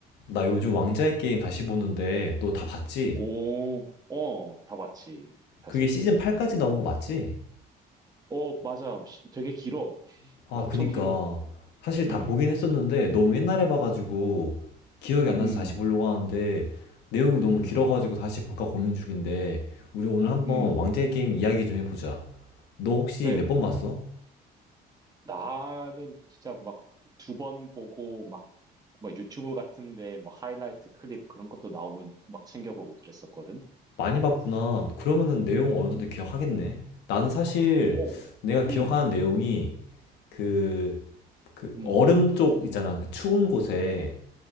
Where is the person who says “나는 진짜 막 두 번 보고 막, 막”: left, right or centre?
Right